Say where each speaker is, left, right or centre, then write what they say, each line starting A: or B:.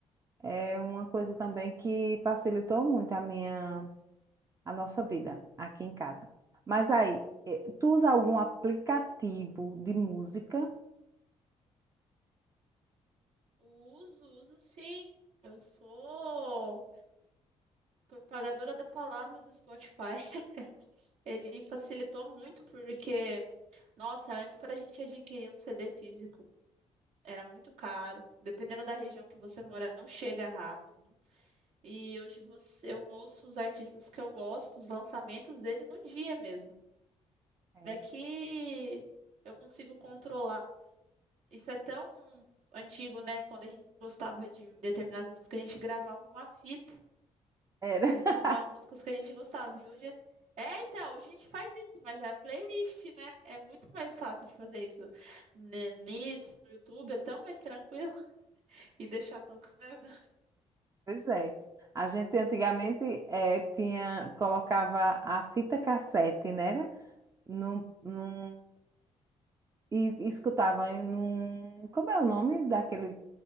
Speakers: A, on the right (about 25°); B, on the right (about 75°).
A: É uma coisa também que facilitou muito a minha, a nossa vida aqui em casa. Mas aí, eh, tu usa algum aplicativo de música?
B: Uso, uso sim. Eu sou propagadora da palavra do Spotify. Ele facilitou muito porque Nossa, antes para a gente adquirir um CD físico era muito caro. Dependendo da região que você mora, não chega rápido. E hoje você- eu ouço os artistas que eu gosto, os lançamentos dele no dia mesmo.
A: É.
B: É que eu consigo controlar. Isso é tão antigo, né? Quando a gente gostava de determinadas músicas, a gente gravava uma fita
A: Era.
B: É, com
A: <laughs>
B: as músicas que a gente gostava. E hoje é... é, então, a gente faz isso, mas é a playlist, né? É muito mais fácil de fazer isso. Né, Nisso, no YouTube, é tão mais tranquilo <laughs> e deixar tocando.
A: Pois é. A gente antigamente eh, tinha, colocava a fita cassete, né? era? Num, num, e e escutava em num. Como é o nome daquele